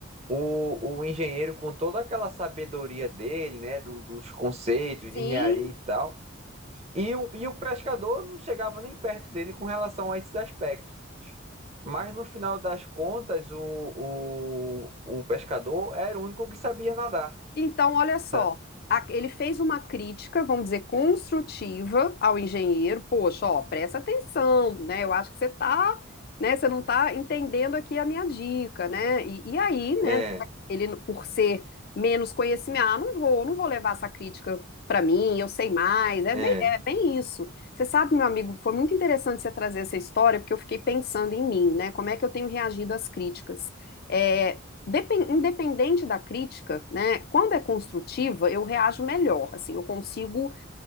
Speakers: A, on the right (about 30°); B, on the left (about 50°).
A: o, o engenheiro, com toda aquela sabedoria dele, né, do- dos conceitos
B: <laughs>
A: de
B: Sim,
A: engenharia e tal, e o, e o pescador não chegava nem perto dele com relação a esses aspectos. Mas no final das contas, o, o, o pescador era o único que sabia nadar,
B: Então, olha só,
A: sabe?
B: a- ele fez uma crítica, vamos dizer, construtiva ao engenheiro. Poxa, ó, presta atenção, né? Eu acho que você tá, né? Você não tá entendendo aqui a minha dica, né? E, e aí, né?
A: É,
B: Ele, por ser menos conhecimento, ah, não vou, não vou levar essa crítica para mim, eu sei mais. É
A: é,
B: bem, é bem isso. Você sabe, meu amigo, foi muito interessante você trazer essa história, porque eu fiquei pensando em mim, né? Como é que eu tenho reagido às críticas? É, depen- independente da crítica, né, quando é construtiva, eu reajo melhor, assim, eu consigo